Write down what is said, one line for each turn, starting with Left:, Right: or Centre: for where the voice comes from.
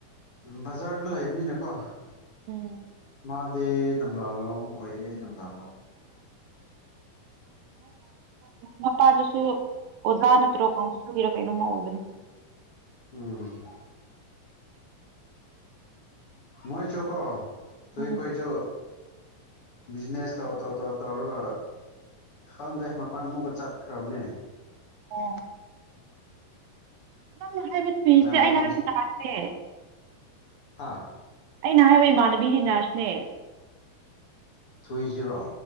Left: ꯕꯖꯥꯔꯗ ꯂꯩꯕꯅꯤꯅꯀꯣ
Right: ꯎꯝ
Left: ꯃꯥꯗꯤ ꯅꯝꯂꯥꯂꯣꯡ ꯑꯣꯏꯌꯦ ꯅꯝꯂꯥ
Right: ꯃꯄꯥꯗꯨꯁꯨ ꯑꯣꯖꯥ ꯅꯠꯇ꯭ꯔꯣ ꯀꯥꯎꯟꯔ ꯀꯩꯅꯣꯃ ꯑꯣꯏꯕꯅꯣ
Left: ꯎꯝ ꯃꯣꯏꯁꯨ ꯀꯣ ꯇꯨꯏ
Right: ꯎꯝ
Left: ꯈꯣꯏꯁꯨ ꯕꯤꯖꯤꯅꯦꯁ ꯇꯥꯎ ꯇꯥꯎ ꯇꯥꯎ ꯇꯧꯔꯒ ꯈꯪꯈꯥꯏ ꯃꯄꯥꯟꯃꯨꯛꯀ ꯆꯠꯈ꯭ꯔꯕꯅꯦ
Right: ꯑꯣ ꯅꯪꯅ ꯍꯥꯏꯕ ꯊꯨꯏꯁꯦ
Left: ꯇꯃꯦꯡꯂꯣꯡꯗ
Right: ꯑꯩꯅ
Left: ꯕꯤꯖꯤꯅꯦꯁ
Right: ꯍꯥꯏꯕꯤꯗꯥꯥꯛꯁꯦ
Left: ꯍꯥ
Right: ꯑꯩꯅ ꯍꯥꯏꯕ ꯏꯃꯥꯟꯅꯕꯤꯗꯤ ꯅꯔꯁꯅꯦ
Left: ꯊꯨꯣꯏꯏꯁꯤꯔꯣ